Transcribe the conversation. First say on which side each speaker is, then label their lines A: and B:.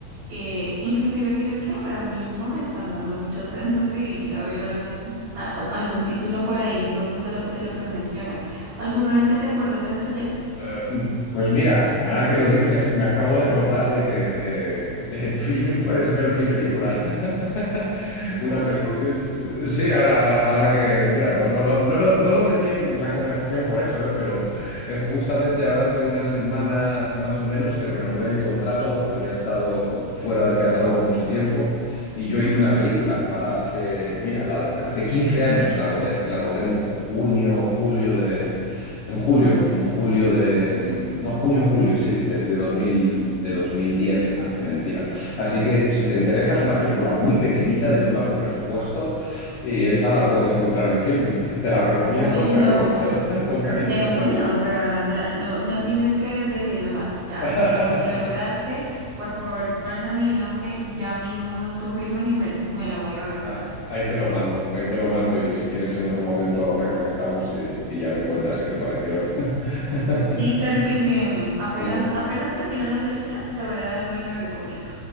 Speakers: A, on the right; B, on the left.
A: Eh, inclusive creo que ahora mismo me están dando muchas <laughs> ganas de ir a ver algo, a- a- algún título por ahí, entonces de lo, de lo que me mencionas. ¿Alguno del que te acuerdas en especial?
B: Eh, Pues mira, ahora que lo dices, me acabo de acordar de que eh, en Filmin puedes ver mi película. <laughs> Una
A: Oh,
B: película. Sí, ahora, ahora, ahora que. Mira, no, no, lo, no, lo, no lo metí en la conversación por eso, eh, pero eh, justamente ahora hace una semana más o menos que renové el contrato. Había estado fuera del catálogo mucho tiempo y yo
A: ujú.
B: hice una película. Ahora hace. Mira, la- hace 15 años la rodé. La rodé en junio, julio de en julio, en julio de... mm, No, junio, julio, sí, de, de 2000, de dos mil diez parece mentira. Así que si te interesa, es una película muy pequeñita, de muy bajo presupuesto, y esta la puedes encontrar en Filmin. Te la recomiendo,
A: Oye,
B: pero
A: no, no, no.
B: <laughs> con cariño.
A: De una, o sea, na- no, no tienes que decirme más. Ya,
B: <laughs>
A: lo, lo lograste. Por favor, pásame el nombre. Ya mismo busco Filmin y me, me lo voy a ver
B: Ah,
A: ya.
B: ahí te lo mando, ahí te lo mando, y si quieres en otro momento reconectamos y, y ya me cuentas qué te pareció. <laughs>
A: Sí, claro que sí, Demian. Apenas,
B: Uh,
A: apenas termina la película, te voy a dar mi review completo.